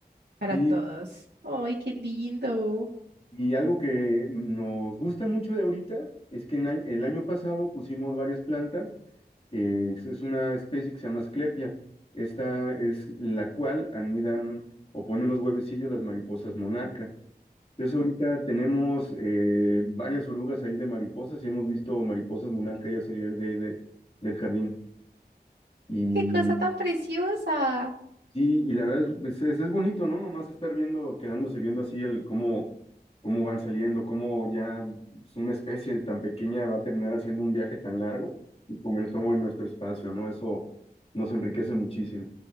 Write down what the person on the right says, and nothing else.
para
todos. ¡Ay, qué lindo!
¡Qué cosa tan preciosa!